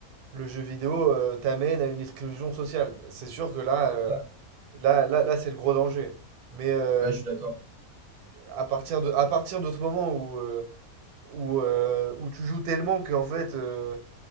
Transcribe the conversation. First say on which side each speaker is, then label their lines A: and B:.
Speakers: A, on the right (about 85°); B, on the right (about 40°).
A: le jeu vidéo euh, t'amène à une exclusion sociale. C'est sûr que là,
B: C'est
A: euh,
B: ça.
A: là, là, là, c'est le gros danger. Mais euh,
B: Ouais, je suis d'accord.
A: à partir de, à partir de ce moment où, euh, où, euh, où tu joues tellement que en fait, euh,